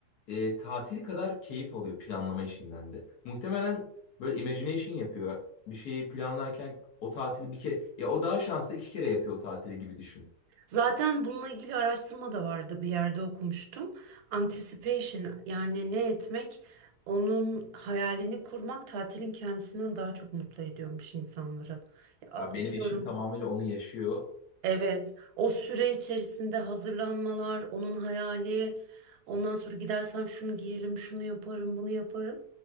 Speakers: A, on the left (about 85°); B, on the right (about 85°).
A: e, tatil kadar keyif alıyor planlama işinden de. Muhtemelen böyle imagination yapıyor. Bir şeyi planlarken o tatili bir kere ya o daha şanslı iki kere yapıyor o tatili gibi düşün.
B: Zaten bununla ilgili araştırma da vardı bir yerde okumuştum. Anticipation yani ne etmek, onun hayalini kurmak tatilin kendisinden daha çok mutlu ediyormuş insanları. Ya, atıyorum
A: Ya benim eşim tamamıyla onu yaşıyor.
B: Evet, o süre içerisinde hazırlanmalar, onun hayali, ondan sonra gidersem şunu giyerim, şunu yaparım, bunu yaparım.